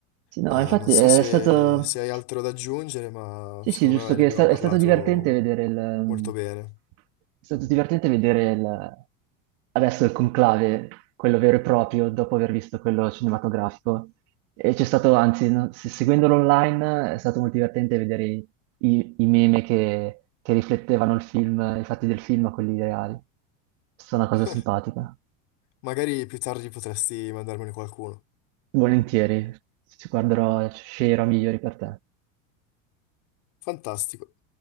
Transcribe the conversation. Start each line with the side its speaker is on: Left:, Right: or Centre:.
Right: Sì, no,
Left: Eh,
Right: infatti
Left: non so
Right: è
Left: se,
Right: stato...
Left: se hai altro da aggiungere, ma
Right: Sì,
Left: secondo
Right: sì, giusto
Left: me ne
Right: che
Left: abbiamo
Right: è, sta-
Left: parlato
Right: è stato divertente vedere il... ehm,
Left: molto bene.
Right: È stato divertente vedere il- adesso il conclave, quello vero e proprio, dopo aver visto quello cinematografico. E c'è stato, anzi, no, se- seguendolo online è stato molto divertente vedere i, i- i meme che, che riflettevano il film, i fatti del film a quelli reali. È stata una cosa
Left: <laughs>
Right: simpatica.
Left: Magari più tardi potresti mandarmene qualcuno.
Right: Volentieri, ci guarderò, sceglierò migliori per te.
Left: Fantastico.